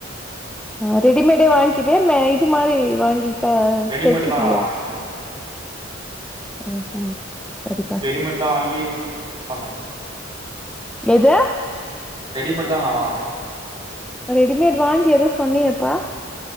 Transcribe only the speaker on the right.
ரெடிமேட்
தா வாங்கிக்கிறே
ரெடிமேட் தா வாங்கி யூஸ் பண்ணே
ரெடிமேட் தா நா வாங்ணு